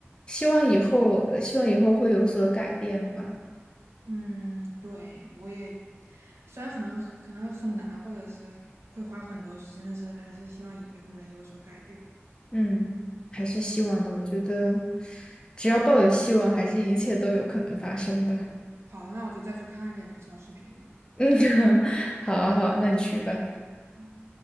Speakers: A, on the left; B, on the right.
A: 希望以后，呃希望以后会有所改变吧。
B: 嗯，对，我也，虽然可能可能很难，或者是会花很多时间，但是还是希望以后能有所改变吧。
A: 嗯，还是希望的，我觉得只要抱有希望，还是一切都有可能发生的。
B: 好了那我就再去看一点吐槽视频了。
A: 嗯，<laughs> 好啊，好啊，那你去吧。
B: 嗯。